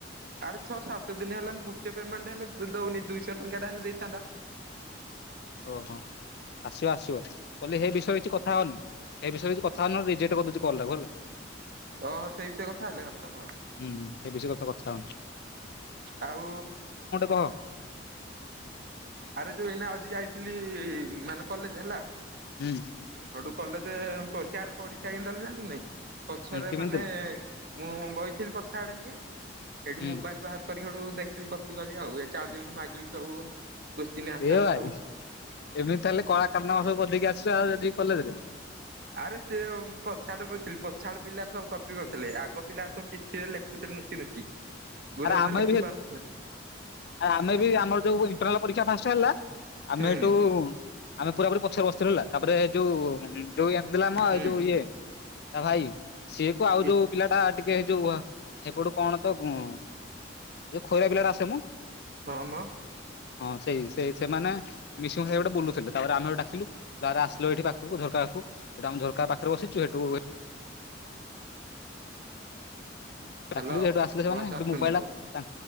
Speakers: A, on the right (about 55°); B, on the left (about 60°).
A: ଆରେ ଛଅ ସାତ ଦିନ ହେଲାଣି ଗୋଟେ ପେମେଣ୍ଟ ହେଲେ ଦଉନି ଦୁଇଶହ ଟଙ୍କାଟା ହେଲେ ଦେଇଥାନ୍ତା।
B: ଓହୋ ଆସିବ ଆସିବ କହିଲେ ସେଇ ବିଷୟରେ କିଛି କଥା ହଅନି। ଏ ବିଷୟରେ କିଛି କଥା ହନି ନହେଲେ ରେଜେକ୍ଟ କରିଦଉଛି କଲଟାକୁ ହେଲା।
A: ଓହୋ ସେଇ ବିଷୟରେ କଥା ହେଲେ ହହଁ।
B: ହୁଁ ଏବେ ସେ ବିଷୟରେ କଥା ହନି।
A: ଆଉ
B: କହ
A: ଆରେ ଯୋଉ ଏଇନା ଆଜି ଯାଇଥିଲି ମାନେ କଲେଜ ହେଲା।
B: ହୁଁ।
A: ସେଠୁ କଲେଜ ପରୀକ୍ଷା ପରୀକ୍ଷା ଦେଲୁ ଜାଣି ନାଇଁ ପଛରେ
B: ହୁଁ କେମିତି
A: ମାନେ
B: ଦେଲୁ
A: ମୁଁ ବଇଥିଲି ପଛ ଆଡେ ଟିକେ ସେଇଠି
B: ହୁଁ
A: ମୋବାଇଲ ବାହାର ସଠୁ ଦେଖିଲି କପି କଲି ଆଉ ଏ ଚାଟ୍ ଜିପିଟି ମାଗିଲି ସବୁ କୋଶ୍ଚିନ୍ ଆନ୍ସର
B: ଏ ଭାଇ।
A: ସବୁ
B: ଏବେତାହେଲେ କଳାକାରାରନାମା ସବୁ କରିଦେଇକି ଆସିଛୁ ଆଉ ଯଦି କଲେଜରେ।
A: ଆରେ ସେ ପଛାଡ କହୁଥିଲି ପଛାଡ ପିଲାର ସବୁ କପି କରିୁଥିଲେ ଆଗ ପିଲା ସବୁ ପିଠିରେ ଲେଖୁଥିଲେ ଲୁଚି ନୁଚି। ଗୋରେ ଗୋରେ
B: ଆମେ
A: ଲେଖି
B: ବି
A: ପାରୁନଥିଲା।
B: ଆରେ ଆମେ ବି ଆମର ଯୋଉ ଇଣ୍ଟରନାଲ ପରୀକ୍ଷା ଫାଷ୍ଟ ହେଲା ଆମେ
A: ହୁଁ
B: ଏଠୁ, ଆମେ ପୁରା ପୁରି ପଛରେ ବସିଥିଲୁ ହେଲା। ତାପରେ ଯୋଉ ଯୋଉ ଏଥିଲା ଆମ
A: ହୁଁ
B: ଏ ଯୋଉ ଇଏ ତା ଭାଇ ସିଏ କୁ ଆଉ
A: କିଏ
B: ଯୋଉ ପିଲାଟା ଟିକେ ଯୋଉ ଏପଟୁ କଣ ତ କ, ଯୋଉ ଖଇରା ପିଲାଟ ଆସେ ମ,
A: ହଁ ମ।
B: ହଁ ସେଇ ସେଇ ସେମାନେ। ମିଶିକି ସେଇ ପେଟ ବୁଲୁଥିଲେ ତାପରେ ଆମେ ହେଇଠୁ ଡାକିଲୁ ଆରେ ଆସିଲ ଏଇଠି ପାଖକୁ ଝରକା ପାଖକୁ। ହେଇଟୁ ଆମେ ଝରକା ପାଖରେ ବସିଛୁ ସେଠୁ,
A: ହ୍ୟାଲୋ
B: ଡାକିଲୁ ସେଇଠୁ ଆସିଲେ ସେମାନେ
A: ଭଏସ
B: ସେଇ
A: ଆସୁନି
B: ମୋବାଇଲ
A: ତୋର
B: ଟା